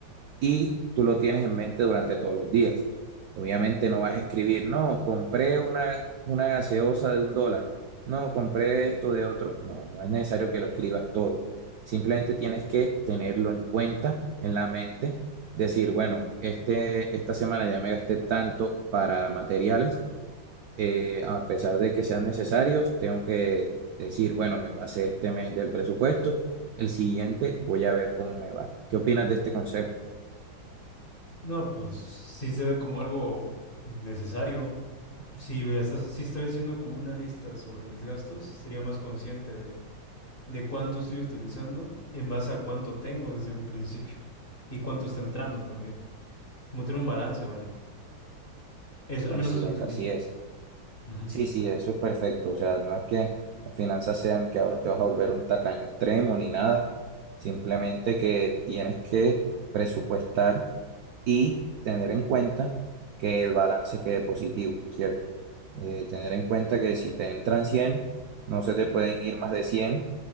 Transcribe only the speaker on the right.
y tú lo tienes en mente durante todos los días. Obviamente no vas a escribir, no, compré una, una gaseosa de un dólar, no, compré esto de otro. No, no es necesario que lo escribas todo. Simplemente tienes que tenerlo en cuenta, en la mente, decir, bueno, este, esta semana ya me gasté tanto para materiales eh, a pesar de que sean necesarios, tengo que decir, bueno, me pasé este mes del presupuesto, el siguiente voy a ver cómo me va. ¿Qué opinas de este consejo?
Así
es,
así es.
Sí, sí, eso es perfecto. O sea, no es que las finanzas sean que ahora te vas a volver un tacaño extremo ni nada, simplemente que tienes que presupuestar y tener en cuenta que el balance quede positivo, ¿cierto? Eh, tener en cuenta que si te entran 100 no se te pueden ir más de 100